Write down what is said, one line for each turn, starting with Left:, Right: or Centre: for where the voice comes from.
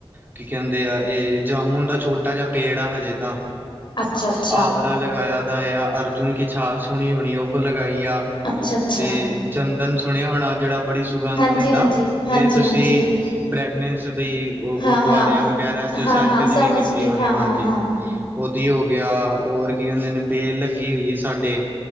Right: ਕੀ ਕਹਿੰਦੇ ਆ, ਇਹ ਜਾਮੁਣ ਦਾ ਛੋਟਾ ਜਿਹਾ ਪੇੜ ਆ ਹਜੇ ਤਾਂ
Left: ਅੱਛਾ-ਅੱਛ।
Right: ਆਵਲਾ ਲਗਾਇਆ ਦਾ, ਆ ਅਰਜੁਨ ਕੀ ਛਾਲ ਸੁਣੀ ਹੋਣੀ, ਉਹੋ ਲਗਾਈ ਆ।
Left: ਅੱਛਾ ਅੱਛਾ
Right: ਤੇ ਚੰਦਨ ਸੁਣਿਆ ਹੋਣਾ, ਜਿਹੜਾ ਬੜੀ ਸੁਗੰਧ
Left: ਹਾਂਜੀ
Right: ਦਿੰਦਾ
Left: ਹਾਂਜੀ ਹਾਂਜੀ
Right: ਜਿਹੜੇ ਤੁਸੀਂ
Left: ਹਾਂਜੀ
Right: ਫ੍ਰੈਗਨੈਂਸ ਦੀ
Left: ਹਾਂ
Right: ਗੁਰਦੁਆਰਿਆਂ
Left: ਹਾਂ
Right: ਵਗੈਰਾ ਚ
Left: ਹਾਂ
Right: ਸੈਂਟ
Left: ਹਾਂ
Right: ਦੀ
Left: ਸਮਝ
Right: ਵੀ ਕੀਤੀ
Left: ਗਈ
Right: ਹੋਣੀ,
Left: ਹਾਂ
Right: ਹਾਂਜੀ।
Left: ਹਾਂ ਹਾਂ
Right: ਉਹ ਹੀ ਹੋ ਗਿਆ, ਹੋਰ ਕੀ ਕਿੰਦੇ ਨੇ, ਬੇਲ ਲੱਗੀ ਹੋਈ ਐ ਸਾਡੇ